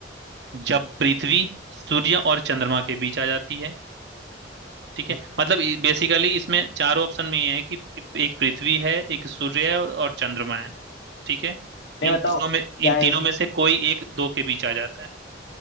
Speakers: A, on the right (about 60°); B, on the left (about 65°).
A: जब पृथ्वी सूर्य और चंद्रमा के बीच आ जाती है ठीक
B: हाँ,
A: है मतलब बेसिकली इसमें चारों ऑप्शन में ये है कि एक पृथ्वी है एक सूर्य है और, और चंद्रमा है ठीक है
B: मैं
A: इन
B: बताओ
A: तीनों में इन
B: क्या है
A: तीनों
B: इसमें
A: में से कोई एक दो के बीच आ जाता है